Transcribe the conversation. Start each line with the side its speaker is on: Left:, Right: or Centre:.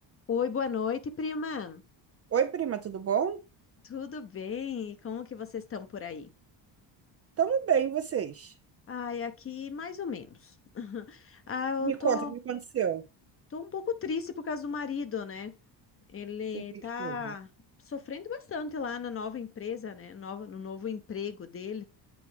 Left: Oi, boa noite, prima.
Right: Oi, prima, tudo bom?
Left: Tudo bem? E Como que vocês estão por aí?
Right: Tamo bem, e vocês?
Left: Ai, aqui mais ou menos. <laughs> Ah, eu
Right: Me
Left: tô,
Right: conta, o que aconteceu?
Left: tô um pouco triste por causa do marido, né? Ele
Right: O que
Left: tá
Right: que houve?
Left: sofrendo bastante lá na nova empresa, né? Nova, no novo emprego dele.